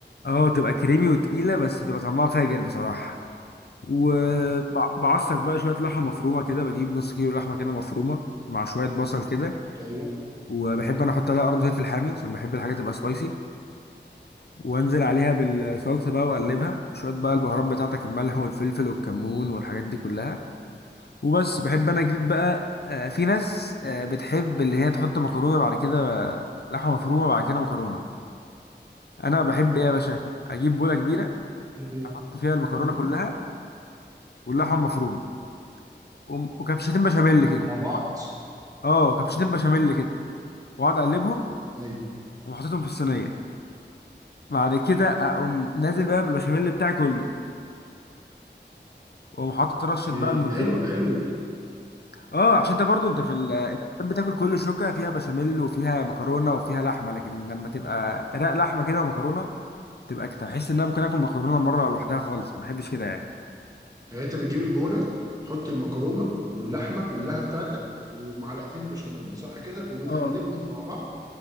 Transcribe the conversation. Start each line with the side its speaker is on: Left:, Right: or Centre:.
Left: اه تبقى كريمي وتقيله بس بتبقى طعمها فاجر بصراحه وبعصج بقى شويه لحمه مفرومه كده بجيب نص كيلو لحمه كده مفرومه مع شويه بصل كده
Right: ايوه
Left: وبحب انا احط عليها قرن فلفل حامي عشان بحب الحاجه تبقى سبايسي وانزل عليها بالصلصه بقى واقلبها وشويه بقى البهارات بتاعتك الملح والفلفل والكمون والحاجات دي كلها وبس بحب انا اجيب بقى آه، في ناس آه، بتحب اللي هي تحط مكرونه بعد كده آه، لحمه مفرومه بعد كده مكرونه انا بحب ايه يا باشا اجيب بوله كبيره
Right: بتحب ايه بقى؟
Left: احط فيها المكرونه
Right: مم.
Left: كلها واللحمه مفرومه وم- وكبشتين بشاميل كده
Right: على بعض
Left: اه كبشتين بشاميل كده واقعد اقلبهم
Right: ايوه
Left: وحطيتهم في الصينيه بعد كده اقوم نازل بقى بالبشاميل بتاعي كله واقوم حاطط
Right: اوكي
Left: رشه بقى الموتزاريلا
Right: حلو حلو
Left: اه عشان انت برضو انت في ال... انت بتحب تاكل كل شوكه فيها بشاميل وفيها مكرونه وفيها لحمه لكن لما تبقى رق لحمه كده ومكرونه تبقى كده تحس ان انا ممكن اكل مكرونه مره لوحدها خالص ما بحبش كده يعني
Right: يعني انت بتجيب البوله تحط المكرونه واللحمه كلها بتاعتك ومعلقتين بشاميل صح كده وبتقلبهم
Left: اه
Right: مع بعض